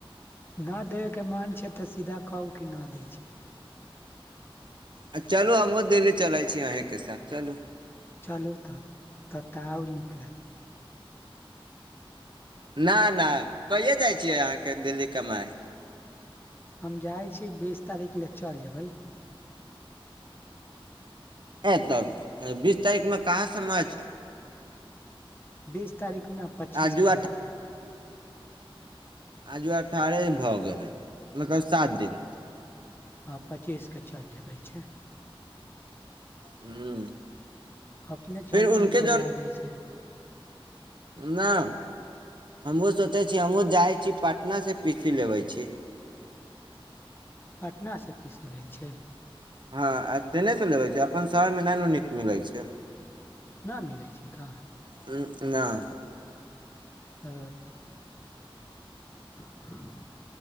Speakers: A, on the left (about 25°); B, on the right (about 55°).
A: न देैके मन छै तऽ सीधा कहू कि नहि दै छै
B: आ चलू हमहुो दिल्ली चलइ छी अहींके साथ चलू
A: चलू तब तब तऽ आर नीक लागत
B: ना ना कहिया जाइ छियै अहाँके दिल्ली कमाइ
A: हम जाइ छी बीस तारीख लए चलि जेबै
B: ए तऽ बीस तारीखमे कहाँ समा छै?
A: बीस तारीख नऽ पच्चीस
B: आजू
A: तारीखके
B: आजु आठ दिन भऽ गेलै, मतलब सात दिन।
A: हँ पचीस के चलि जेबै छै।
B: ह
A: अपने
B: फेर
A: चलू
B: उनके
A: हम घुमा दै छै
B: नहि हमहहुँ सोचे छिय हमहहुँ जाइ छी पटना से पी सी लेबे छी
A: पटना से पी सी लै छै
B: हँ आ ट्रेने च लेबे छै अपन शहर मे नहि नीक मिलैत छै
A: नहि मिलै छै का
B: ह नहि
A: ओ ह ह